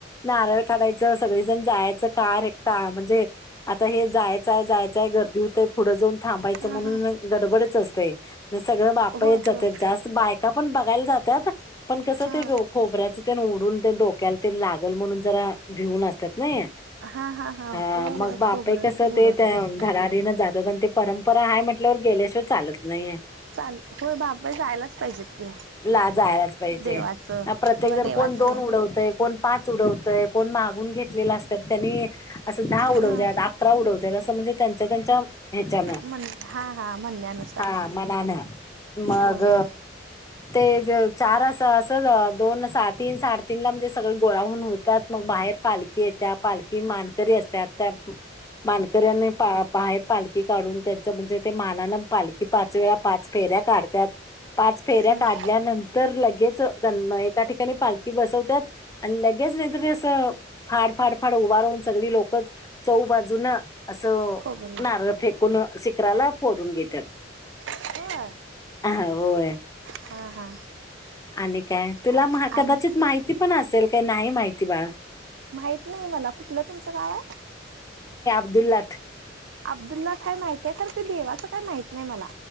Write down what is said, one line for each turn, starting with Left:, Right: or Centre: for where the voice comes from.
Left: नारळ काढायचं सगळेजण जायचं कार का म्हणजे. हे जायचंय जायचंय गर्दी होतेय पुढं जाऊन थांबायचं
Right: हा
Left: म्हणून
Right: हा
Left: गडबडच असते. सगळं बापचे
Right: होय
Left: जातात
Right: होय
Left: जास्त बायका पण बघायला जातात पण कसं
Right: हा
Left: ते खोबऱ्याच तेन उडून ते डोक्याल तेन लागल म्हणून जरा भिऊन असत्यात. नाही
Right: हा हा हा
Left: अं
Right: होय होय
Left: मग बापेय
Right: खोबरं
Left: कसं ते
Right: उडवतात
Left: धडाडीन जात जगन ते परंपरा हाय म्हटल्यावर गेल्याशिवाय चालत नाहीये.
Right: चाल होय बापे जायलाच पाहिजेत की
Left: ला जायलाच पाहिजे.
Right: देवाचं
Left: प्रत्येक
Right: होय
Left: जण
Right: देवाच
Left: कोण दोन उडवतय कोण पाच उडवतय कोण मागून घेतलेल असत्यात त्येनी असं दहा उडवत्यात,
Right: हा
Left: अकरा उडवत्यात असं म्ह णजे त्यांच्या त्यांच्या ह्याच्यान
Right: म्हण हा हा म्हणण्यानुसार
Left: हा मनान मग
Right: हा हा
Left: ते चार असं असं दोन साट तीन साडेतीन ला म्हणजे सगळे गोळाहून हुत्यात मग बाहेर पालखी येत्या पालखी मानकरी असत्यात त्या मानकऱ्यांनी बा बाहेर पालखी काढून त्यांच म्हणजे ते मानानं पालखी पाच वेळा पाच फेर ऱ्या काढत्यात पाच फेऱ्या
Right: होय
Left: काढल्यानंतर लगेच गणम एका ठिकणी पालखी बसवत्यात आणि लगेच नाहीतरी असं फाड फाड फाड उभा राहून सगळी लोकच चौ बाजूनं असं
Right: खोबरे
Left: नारळ फेक कोण शिखराला फोडून घेत्यात.
Right: होय
Left: ह होय
Right: हा हा
Left: आणि काय तुला
Right: आ
Left: म कदाचित
Right: आमचं
Left: माहिती पण आसंले, का नाही माहिती बाळा.
Right: माहित नाही मला कुठलं तुमचं गावे?
Left: द्दिलाट.
Right: अब्दुल्लाट खाय माहित्याय हाय, खरं ते देवाचं काय माहित नाही मला.